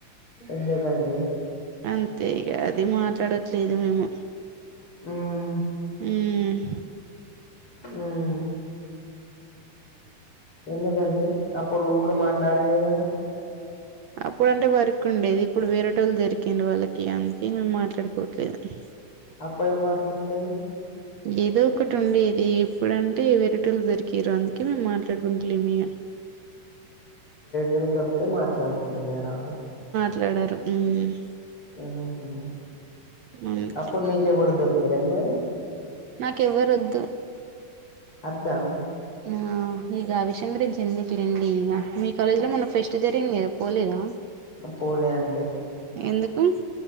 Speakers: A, on the left; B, on the right.
A: ఎందుకండి
B: అంతే ఇగ అది మాట్ డట్లేదు మేము
A: హ్మ్
B: హ్మ్
A: హ్మ్ ఎందుకండి అప్పుడు ఊకే మాట్లాడేది కదా
B: అప్పుడు అంటే వర్కు ఉండేది ఇప్పుడు వేరేటోళ్ళు దొరికిండు వాళ్ళకి ఇగ అందుకే మేము మాట్లాడుకోట్లేదు <unintelligible>
A: పోయే వరక్ ఉండేది.
B: ఏదో ఒకటి ఉండేది ఇప్పుడంటే వెరేట్టోలు దొరికిరు అందుకే మేము మాట్లాడుకుంటలేము ఇగ
A: ఇళ్ దప్తే మాట్లాడుకుంటలేరా
B: మాట్లాడరు మ్మ్
A: మ్ హు
B: అందుకే
A: అప్పుడు నీకు ఎవరు దొరకలే మరి
B: నాకెవ్వరొద్దు
A: అద్దం
B: ఆ నీకు ఆ విషయం గురించి ఎందుకులేండి ఇగ మీ కాలేజ్ లో మొన్న ఫెస్ట్ జరిగింది కద పోలేదా
A: అ పోలే అండి
B: ఎందుకు